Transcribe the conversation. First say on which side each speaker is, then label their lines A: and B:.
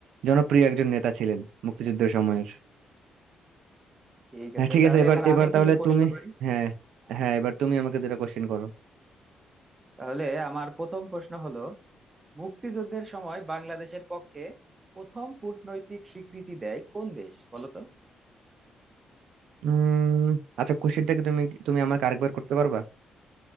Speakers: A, on the right (about 85°); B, on the right (about 20°).
A: জনপ্রিয় একজন নেতা ছিলেন মুক্তিযুদ্ধের সময়ের
B: ঠিক
A: হ্যাঁ
B: আছে
A: ঠিক
B: তাহলে
A: আছে এবার
B: এবার
A: এবার
B: আমি কিছু
A: তাহলে
B: প্রশ্ন
A: তুমি
B: করি
A: হ্যাঁ
B: হ্যাঁ
A: হ্যাঁ এবার তুমি আমাকে দুটো কোশ্চেন করো
B: তাহলে আমার প্রথম প্রশ্ন হলো মুক্তিযুদ্ধের সময় বাংলাদেশের পক্ষে প্রথম কূটনৈতিক স্বীকৃতি দেয় কোন দেশ বলো তো
A: উম আচ্ছা কোশ্চেনটা কি তুমি তুমি আমাকে আরেকবার করতে পারবা